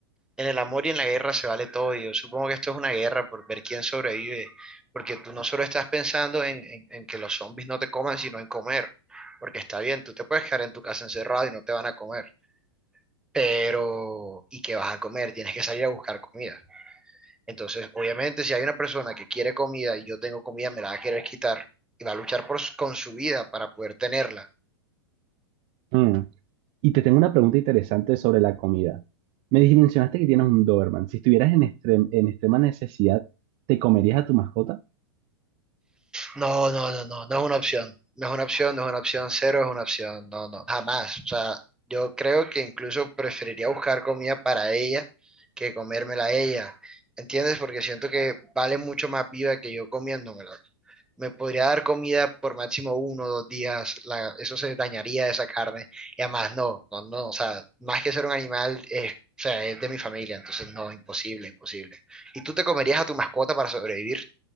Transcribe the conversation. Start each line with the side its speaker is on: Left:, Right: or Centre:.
Centre: En el amor y en la guerra se vale todo. y Yo supongo que esto es una guerra por ver quién sobrevive, porque tú no solo estás pensando en, en- en que los zombies no te coman, sino en comer. Porque está bien, tú te puedes quedar en tu casa encerrado y no te van a comer. Pero, ¿y qué vas a comer? Tienes que salir a buscar comida. Entonces, obviamente, si hay una persona que quiere comida y yo tengo comida, me la va a querer quitar y va a luchar por, su- con su vida para poder tenerla.
Right: Mm. Y te tengo una pregunta interesante sobre la comida. Me dijiste- mencionaste que tienes un Doberman. Si estuvieras en, extrem- en extrema necesidad, ¿te comerías a tu mascota?
Centre: No, no, no, no, no es una opción. No es una opción, no es una opción, cero es una opción. No, no, jamás. O sea, yo creo que incluso preferiría buscar comida para ella que comérmela a ella. ¿Entiendes? Porque siento que vale mucho más vida que yo comiéndomela. Me podría dar comida por máximo uno o dos días, la- eso se dañaría esa carne. Y además, no, no, no, o sea, más que ser un animal, es, o sea, es de mi familia, entonces no, imposible, imposible. Y tú te comerías a tu mascota para sobrevivir,